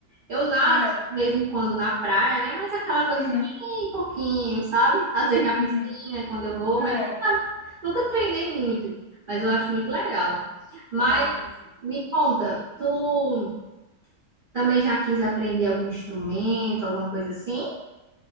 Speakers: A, on the right (about 75°); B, on the left (about 70°).
A: Eu nado
B: Sério.
A: assim, de vez em quando na praia, né? Mas aquela coisa
B: Uhum,
A: assim, bem pouquinho, sabe? Às vezes na piscina,
B: uhum.
A: quando eu vou,
B: É.
A: mas nunca nunca treinei muito. Mas eu acho muito legal. Mas
B: Ai, é.
A: me conta, tu. Também já quis aprender algum instrumento, alguma coisa assim.